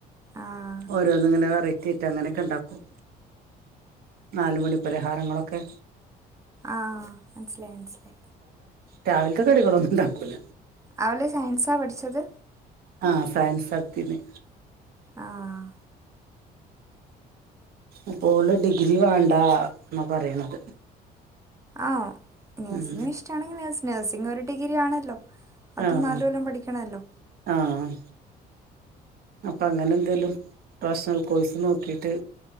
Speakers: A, on the right (about 20°); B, on the right (about 65°).
A: ആഹ്
B: ഓരോന്ങ്ങനെ ബെറ്റിട്ട് അങ്ങനക്കെ ഇണ്ടാക്കും നാലുമണി പരിഹാരങ്ങളൊക്കെ
A: ആഹ് മനസിലായി മനസിലായി
B: രാവിൽത്തെ കടികളൊന്നും ഇണ്ടാക്കൂല
A: അവള് സയൻസാ പഠിച്ചത്
B: ആഹ് സയൻസാട്ത്തേന്
A: ആഹ്
B: അപ്പോള് ഡിഗ്രി വേണ്ടാന്നാ പറയണത്
A: ആ നഴ്സിങ്ങിന്
B: ഉം
A: ഇഷ്ടാണെങ്കി നേഴ്സ് നേഴ്സ് ഇന്നൊരു ഡിഗ്രി ആണല്ലോ അതും
B: ആഹ്
A: നാല് കൊല്ലം പഠിക്കണല്ലോ
B: ആഹ് അപ്പൊ അങ്ങനെ എന്തേലും പ്രൊഫഷണൽ കോഴസ് നോക്കിട്ട്